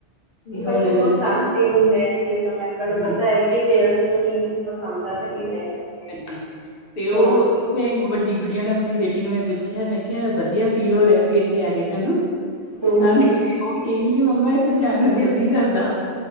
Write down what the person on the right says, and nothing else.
ਬੱਚੇ
ਬਹੁਤ ਸਾਂਸਟਿਵ ਹੁੰਦੇ ਆ ਚੀਜ਼ਾਂ ਲੈ ਕੇ ਓਨੂੰ ਪਤਾ
ਹੈ, ਕਿ ਪੇਰੈਂਟਸ ਨੂੰ ਕੀ-ਕੀ- ਪਸੰਦ ਹੈ ਤੇ ਕੀ ਨਹੀਂ ਹੈ।
ਹਮ।
ਹੂੰ
ਹੂੰ ਹੂੰ